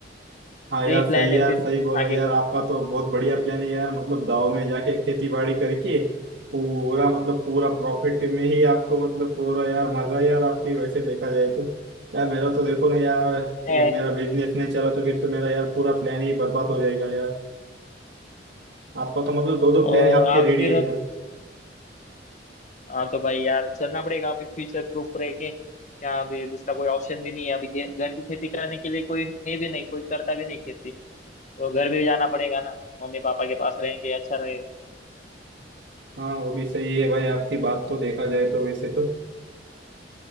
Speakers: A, on the right; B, on the left.
A: हाँ यार
B: यही प्लान
A: सही
B: है
A: यार
B: फिर
A: सही बोला
B: आगे
A: यार
B: का
A: आपका तो बहुत बढ़िया प्लान है यार मतलब गाँव में जाके खेती बाड़ी करके पूरा मतलब पूरा प्रॉफिट में ही आपको मतलब पूरा यार मजा है यार आपकी वैसे देखा जाए तो यार मेरा तो देखो ना यार
B: हाँ
A: ये मेरा बिजनेस नहीं चला तो फिर तो मेरा यार पूरा प्लान ही बर्बाद हो जाएगा यार आपका तो मतलब दो दो
B: और
A: प्लान आपके
B: आप
A: रेडी
B: फिर
A: है यार
B: हाँ तो भाई यार चलना पड़ेगा अभी फ्यूचर प्रूफ रह के क्या अभी दूसरा कोई ऑप्शन भी नहीं है अभी घे- घर की खेती करने के लिए कोई है भी नहीं कोई करता भी नहीं खेती तो घर भी जाना पड़ेगा ना मम्मी पापा के पास रहेंगे अच्छा रहेगा
A: हाँ वो भी सही है भाई आपकी बात
B: हाँ,
A: तो देखा जाए तो वैसे तो